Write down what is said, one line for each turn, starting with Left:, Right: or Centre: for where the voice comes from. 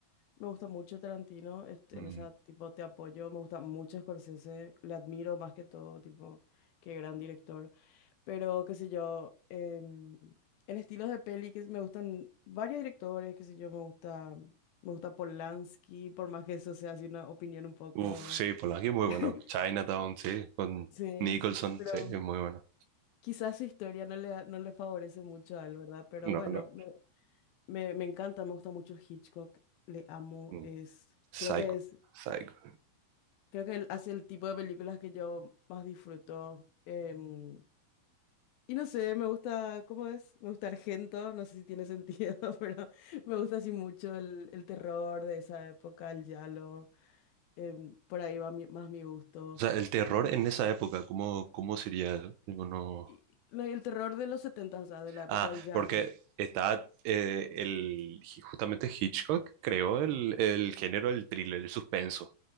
Left: Me gusta mucho Tarantino, est-
Right: Mm,
Left: en esa tipo te apoyo, me gusta mucho Scorsese, le admiro más que todo, tipo, qué gran director. Pero, qué sé yo, em, en estilos de peli que me gustan varios directores, qué sé yo, me gusta, me gusta Polanski, por más que eso sea así una opinión un poco,
Right: Uf, sí, Polanski es muy bueno.
Left: <laughs>
Right: Chinatown, sí, con
Left: sí,
Right: Nicholson,
Left: pero
Right: sí, es muy bueno.
Left: quizás su historia no le, no le favorece mucho a él, ¿verdad? Pero
Right: No,
Left: bueno,
Right: no.
Left: me, me, me encanta, me gusta mucho Hitchcock, le amo,
Right: mm,
Left: es,
Right: Psycho.
Left: creo que es
Right: Psycho.
Left: Creo que él hace el tipo de películas que yo más disfruto. em, y no sé, me gusta, ¿cómo es? Me gusta Argento, no sé si tiene sentido, <laughs> pero me gusta así mucho el, el terror de esa época, el giallo. em, por ahí va mi- más mi gusto.
Right: O sea, el terror
Left: Y,
Right: en esa época, ¿cómo, cómo sería eso? Tipo, no...
Left: y- no, y el terror de los 70, o sea, de la época
Right: Ah,
Left: del giallo.
Right: porque está eh, el, justamente Hitchcock creó el, el género del thriller, el suspenso,